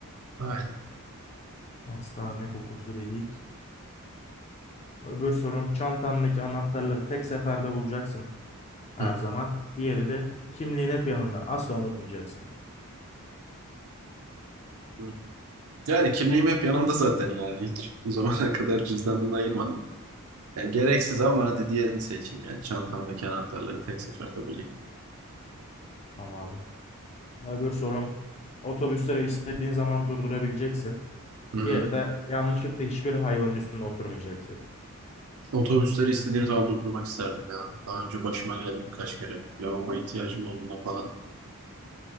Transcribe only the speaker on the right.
Ay.
Hı,
hı. Yani kimliğim hep yanımda zaten ya. Hiç bu zamana <laughs> kadar cüzdandan ayırmadım. Ya gereksiz ama hadi diğerini seçeyim yani. Çantamdaki anahtarları tek seferde bulayım.
Hı hı.
Otobüsleri istediğim zaman durdurmak isterdim ya. Daha önce başıma geldi birkaç kere. Lavabo ihtiyacım olduğunda falan.